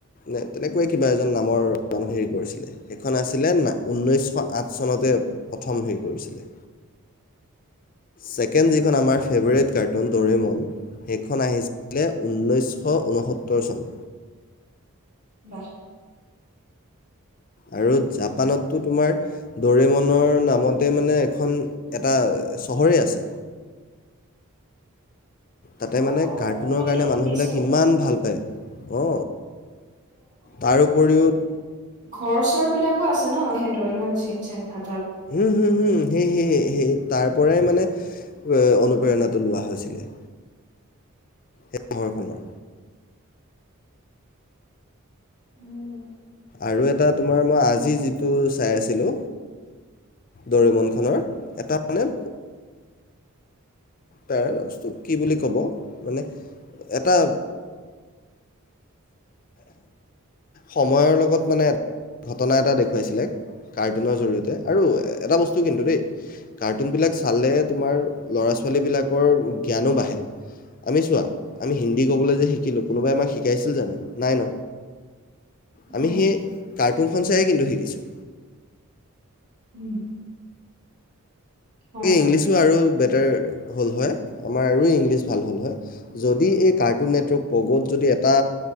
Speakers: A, on the left (about 40°); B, on the right (about 35°).
A: নে তেনেকৈ কিবা এজন নামৰ <unintelligible> হেৰি কৰিছিলে। সেইখন আছিলে, না ঊনৈশশ আঠ চনতে প্ৰথম হেৰি কৰিছিলে। ছেকেণ্ড
B: উম।
A: যিখন আমাৰ ফেভাৰিট কাৰ্ট। খন ডৰেমন, সেইখন আহিছিলে ঊনৈশশ ঊনসত্তৰ চন।
B: ৱাহ।
A: আৰু জাপানততো তোমাৰ ডৰেমনৰ নামতে মানে এখন এটা চহৰেই আছে। তাতে
B: অ',
A: মানে
B: অ',
A: কাৰ্টুনৰ
B: মইতো
A: কাৰণে
B: শুনিছো
A: মানুহবিলাক ইমান ভাল পায় অ। তাৰ উপৰিও
B: ঘৰ-চৰ বিলাকো আছে ন সেই দৰিমন চিনচেন থাক
A: হুম হুম হুম- সে সে সে সে তাৰ পৰাই মানে অনুপ্ৰেৰণাটো লোৱা হৈছিলে। সে <unintelligible> ৰখনৰ
B: উম,
A: আৰু এটা তোমাৰ মই আজি যিটো চাই আছিলো দৰিমনখনৰ এটা মানে পেৰাডকছটোক কি বুলি ক'ব? মানে এটা সময়ৰ লগত মানে ঘটনা এটা দেখুৱাইছিলে কাৰ্টুনৰ জৰিয়তে আৰু এটা বস্তু কিন্তু দেই কাৰ্টুনবিলাক চালে তোমাৰ ল'ৰা-ছোৱালীবিলাকৰ জ্ঞানো বাঢ়ে। আমি চোৱা আমি হিন্দী ক'বলৈ যে শিকিলোঁ কোনোবাই আমাক শি শিকাইছিল জানো? নাই ন আমি
B: নাই
A: সেই কাৰ্টুনখন চায়েই কিন্তু শিকিছোঁ।
B: উম হয়
A: ইংলিছো আৰু হ'ল হয় আমাৰ আৰু ইংলিছ ভাল হ'ল হয় যদি এই কাৰ্টুন নেটৱৰ্ক পগ'ত যদি এটা